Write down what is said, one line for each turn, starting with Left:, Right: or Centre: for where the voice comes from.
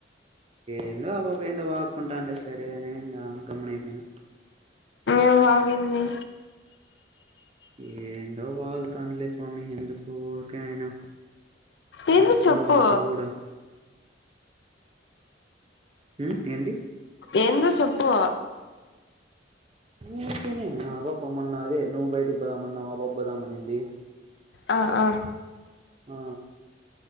Right: ఎందో ఆ పాప ఎందో వాగ్గుంటాండే సరే అని గమ్మునయిపోయినా
Left: ఏం వాగింది
Right: ఏందో వాగుతాంది లే స్వామి ఎందుకు ఊర్కే నేను
Left: ఏందో
Right: వద్దురా
Left: చెప్పు
Right: దేవుడా ఉ ఏంది
Left: ఏందో చెప్పు
Right: ఊర్కనే ఆ పాప మొన్న అదే నువ్ బయటికి పోదామన్నావ్ ఆ పాప పోదామనింది
Left: ఆ ఆ
Right: ఆ